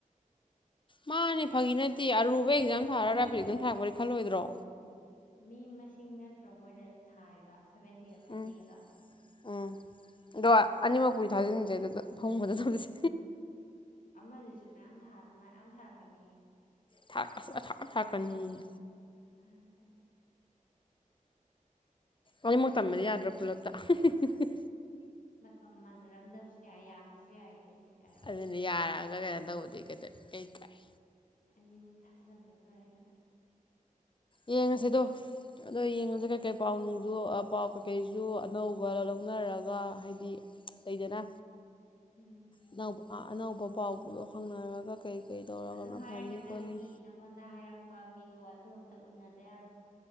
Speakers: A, on the left (about 35°); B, on the left (about 70°).
A: ꯃꯥꯅꯦ ꯐꯥꯒꯤ ꯅꯠꯇꯦ ꯑꯔꯨ ꯃꯣꯏ ꯑꯦꯀꯖꯝ ꯊꯥꯔꯒꯥ
B: ꯃꯤ
A: ꯔꯕꯤ ꯑꯦꯀꯖꯝ ꯊꯕꯥꯗꯤ ꯈꯜꯂꯣꯏꯗ꯭ꯔꯣ ꯔꯣ
B: ꯃꯤ ꯃꯁꯤꯡ ꯅꯠꯇ꯭ꯔꯣ ꯃꯣꯏꯅ ꯊꯥꯔꯤꯗꯣ ꯁꯚꯦꯟꯇꯤꯒ ꯊꯥꯔꯇꯤꯒꯗꯣ
A: ꯎꯝ ꯎꯝ ꯑꯗꯣ ꯑꯅꯤꯃꯛꯄꯨꯗꯤ ꯊꯥꯖꯤꯟꯁꯦ ꯑꯗꯨꯗ ꯐꯣꯡꯕꯗ ꯊꯧꯁꯤ
B: ꯑꯃꯗꯨꯁꯨ ꯃꯌꯥꯝ ꯊꯥ ꯃꯌꯥꯝ ꯊꯥꯔꯛ ꯀꯅꯤ
A: ꯊꯥ ꯑꯁ ꯊꯔꯛꯀꯅꯤꯌꯦ
B: ꯊꯥꯔꯛꯀꯦ
A: ꯑꯅꯤꯃꯛ ꯇꯝꯕꯗꯤ ꯌꯥꯗ꯭ꯔ ꯄꯨꯂꯞꯇ ꯍꯨꯝ ꯍꯨꯝ ꯍꯨꯝ
B: ꯃꯇꯝ ꯃꯥꯟꯅꯔꯝꯗꯕꯁꯨ ꯌꯥꯏ ꯌꯥꯕ ꯕꯁꯨ ꯌꯥꯏ ꯀꯩꯅꯣ ꯌꯥꯔꯝꯕꯁꯨ
A: ꯑꯗꯨꯅꯤ
B: ꯌꯥꯏ
A: ꯌꯥꯔꯛꯑꯒ ꯀꯩꯅꯣ ꯇꯧꯕꯗꯤ ꯀꯗ ꯀꯩ ꯀꯥꯏ
B: ꯑꯅꯤꯃꯨꯛ ꯊꯥꯖꯤꯜꯂꯁꯦ ꯑꯗꯨ ꯑꯣꯏꯔꯒꯅ
A: ꯌꯦꯡꯉꯁꯤꯗꯣ ꯑꯗꯣ ꯌꯦꯡꯉꯁꯦ ꯀꯩꯀꯩ ꯄꯥꯎ ꯅꯨꯡꯖꯨ ꯑ ꯄꯥꯎ ꯀꯩꯀꯩꯁꯨ ꯑꯅꯧꯕ ꯂꯧꯅꯔꯒ ꯍꯥꯏꯗꯤ ꯂꯩꯗꯅ
B: ꯎꯝ
A: ꯑꯅꯧꯕ ꯑꯅꯧꯕ ꯄꯥꯎꯄꯨꯂꯣ ꯍꯪꯅꯔꯒ ꯀꯩ ꯀꯩ ꯇꯧꯔꯒꯅ
B: ꯑꯗꯨ ꯍꯥꯏꯔꯒ
A: ꯐꯅꯤ ꯈꯣꯠꯅꯤ
B: ꯅꯪꯒꯤ ꯅꯪꯉꯣꯟꯗ ꯍꯥꯏꯔꯛꯄ ꯃꯤꯗꯣ ꯑꯗꯨꯝ ꯇ ꯎꯟꯅꯗ ꯌꯥꯔꯣꯏ